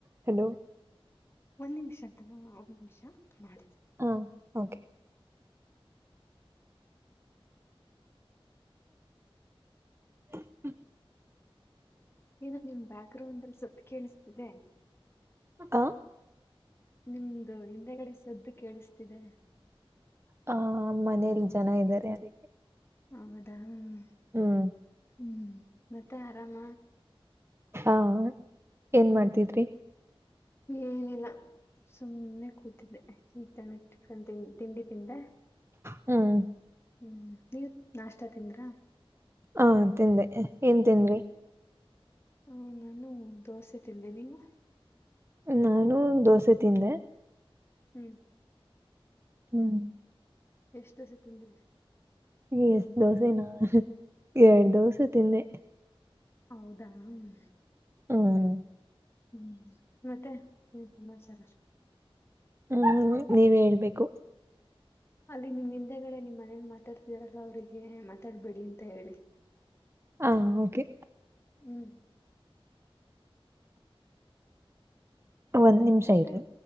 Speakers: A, on the right (about 25°); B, on the left (about 25°).
A: ಹಲೋ
B: ಒಂದ್ ನಿಮಿಷದ ಒಂದ ನಿಮಿಷ ಮಾಡ
A: ಹಾ ಕೆ ಹ
B: ಏನ ನಿಮ್ ಬ್ಯಾಕ್ ಗ್ರೌಂಡ್ ಅಲ್ಲಿ ಸತ್ ಕೇಳಿಸ್ತಿದೆ
A: ಹಾ
B: ನಿಮ್ದು ಹಿಂದೆಗಡೆ ಸದ್ದು ಕೇಳಿಸ್ತಿದೆ
A: ಹ ಮನೇಲಿ ಜನ ಇದ್ದಾರೆ ಅದಕ್ಕೆ
B: ಹೌದಾ ಹ್ಮ್
A: ಹ್ಮ್
B: ಹ್ಮ್ ಮತ್ತೆ ಆರಾಮ
A: ಹಾ ಏನ್
B: ಹ್ಮ್
A: ಮಾಡ್ತಿದ್ರಿ
B: ಏನಿಲ್ಲ ಸುಮ್ನೆ ಕೂತಿದ್ದೆ ಈ ಕ ತಿಂಡಿ ತಿಂದ <unintelligible>
A: ಹಾ <unintelligible>
B: ಹ್ಮ್ ನೀವ ನಾಷ್ಟ ತಿಂದ್ರಾ
A: ಹಾ ತಿಂದೆ ಏನ್ ತಂದಿ
B: ಹ ನಾನು ದೋಸೆತಿಲ್ಲೆ ನೀವು
A: ನಾನು ದೋಸೆ ತಿಂದೆ
B: ಹ್ಮ್
A: ಹ್ಮ್
B: ಎಷ್ಟ ದೋಸೆ ತಿಂದಿರಿ
A: ಈಗ ಎಷ್ಟ ದೋಸೆ ನ ಎರಡು ದೋಸೆ ತಿಂದೆ
B: ಹೌದಾ ಹ್ಮ್
A: ಹ್ಮ್
B: ಹ್ಮ್ ಮತ್ತೆ ನೀನ್ ಸಮಾಚಾರ
A: ಹ್ಮ್ ನೀವೇ ಹೇಳ್ಬೇಕು
B: ಅಲ್ಲಿ ನಿಮ್ ಹಿಂದೆಗಡೆ ನಿಮ್ ಮನೇಲಿ ಮಾತಾಡ್ತಿದರಲ್ಲ ಅವ್ರಿಗೆ ಮಾತಾಡ್ಬೇಡಿ ಅಂತ ಹೇಳಿ
A: ಹ ಓಕೆ
B: ಹ್ಮ್
A: ಒಂದ್ ನಿಮಿಷ
B: ಮತ್ತೆ
A: ಇರಿ